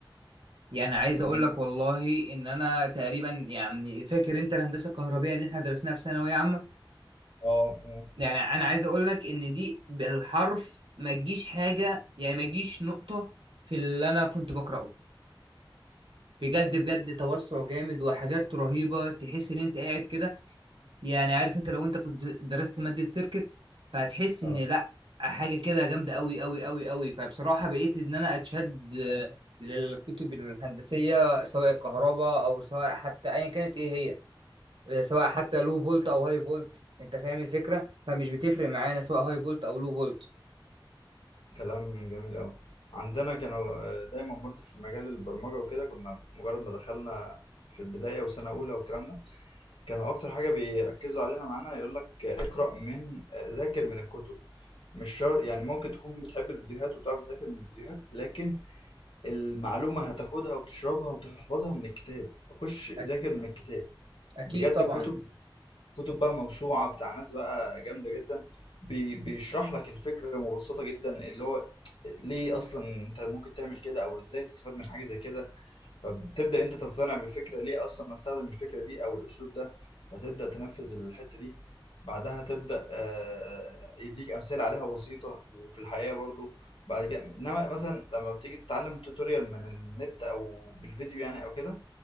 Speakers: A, on the right (about 70°); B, on the left (about 80°).
A: يعني عايز
B: جميل
A: اقول لك والله ان انا تقريبا يعني فاكر انت الهندسه الكهربائيه اللي احنا درسناها في ثانويه عامه
B: اه اه
A: يعني انا عايز اقول لك ان دي بالحرف ما تجيش حاجه يعني ما تجيش نقطه في اللي انا كنت بقراه بجد بجد توسع جامد وحاجات رهيبه تحس ان انت قاعد كده يعني عارف انت لو انت كنت درست مادة سيركت فهتحس
B: آه.
A: ان لا حاجة كده جامدة قوي قوي قوي قوي فبصراحة بقيت ان انا اتشد آه، للكتب الهندسية سواء الكهرباء او سواء حتى ايا كانت ايه هي آه، سواء حتى لو فولت او هاي فولت انت فاهم الفكرة فمش بتفرق معانا سواء هاي فولت او لو فولت
B: كلام جميل أوي عندنا كانوا آه، دايما برضو في مجال البرمجة وكده كنا مجرد ما دخلنا في البداية وسنة أولى والكلام ده كانوا أكتر حاجة بيركزوا عليها معانا يقول لك اقرأ من آه، ذاكر من الكتب مش شرط يعني ممكن تكون بتحب الفيديوهات وبتعرف تذاكر من الفيديوهات لكن المعلومة هتاخدها وتشربها وتحفظها من الكتاب خش ذاكر
A: أك-
B: من الكتاب
A: اكيد
B: بجد
A: طبعا
B: الكتب كتب بقى موسوعة بتاع ناس بقى جامدة جدا بي بيشرح لك الفكرة مبسطة جدا اللي هو ليه أصلا أنت ممكن تعمل كده أو إزاي تستفاد من حاجة زي كده فبتبدأ أنت تقتنع بالفكرة ليه أصلا أستخدم الفكرة دي أو الأسلوب ده فتبدأ تنفذ الحتة دي بعدها تبدأ آه، يديك أمثلة عليها بسيطة وفي الحياة برضو بعد كده إنما مثلا لما بتيجي تتعلم توتوريال من النت أو بالفيديو يعني أو كده